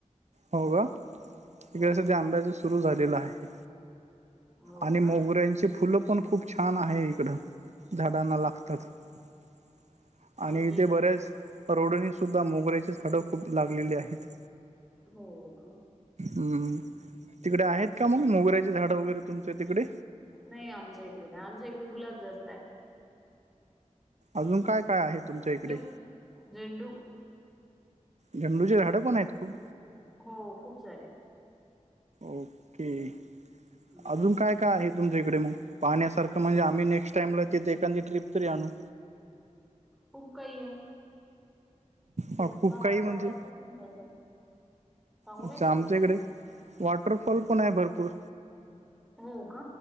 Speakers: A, on the right; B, in the centre.
A: हो, ग इकडे सध्या
B: ना.
A: आंब्याच सुरू झालेला आहे.
B: हो
A: आणि
B: का?
A: मोगऱ्यांची फुलं पण खूप छान आहे इकडं झाडांना लागतात <inaudible> आणि
B: आमच्या
A: इथे
B: इक
A: बऱ्याच रोढणी सुद्धा मोगऱ्याची झाडंयु खूप लागलेली आहेत <inaudible>
B: होय का
A: हम्म तिकडे आहेत
B: आमच
A: का मग मोगऱ्याचे झाडे वगैरे तुमच्या तिकडे
B: नाही आमच्या इकडे नाही आमच्या इकडे गुलाब जास्त आहे.
A: अजून काय -काय आहे तुमच्या इकडे
B: झेंडू झेंडू
A: झेंडूची झाडे पण आहेत खूप
B: हो, खूप सारे
A: ओके <inaudible>
B: हम्म
A: अजून काय -काय आहे तुम्हाचाकडे पाण्यासारख म्हणजे आम्ही नेक्स्ट टाइमला इथे एखादी ट्रीप तरी आणू
B: खूप काय आहे. तुम्ही
A: हा खूप
B: पाहता
A: काही म्हणजे
B: -पाहता ते अस सांगू
A: अच्छा
B: नाही शकताय.
A: आमच्या इकडे वॉटरफॉल पण आहे भरपूर
B: हो का